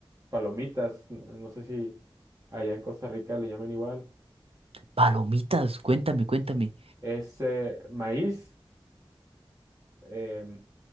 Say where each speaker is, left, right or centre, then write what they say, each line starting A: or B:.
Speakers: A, on the right; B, on the right.
A: palomitas, n- no sé si allá en Costa Rica le llamen igual.
B: Palomitas, cuéntame, cuéntame.
A: Es eh, maíz em,